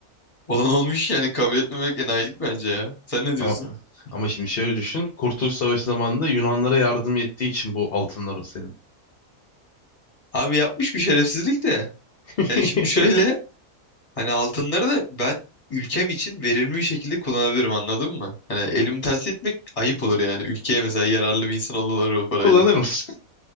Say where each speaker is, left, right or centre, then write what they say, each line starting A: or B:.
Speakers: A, on the left (about 25°); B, on the left (about 50°).
A: Olan olmuş yani kabul etmemek enayilik bence ya. Sen ne diyorsun?
B: Ama, ama şimdi şöyle düşün. Kurtuluş Savaşı zamanında Yunanlara yardım ettiği için bu altınlar o senin.
A: Abi yapmış bir şerefsizlik de.
B: <laughs>
A: Yani şimdi şöyle hani altınları da ben ülkem için verimli bir şekilde kullanabilirim anladın mı? Hani elimi tersi etmek ayıp olur yani. Ülkeye mesela yararlı bir insan olurlar o parayla.
B: Kullanır mısın?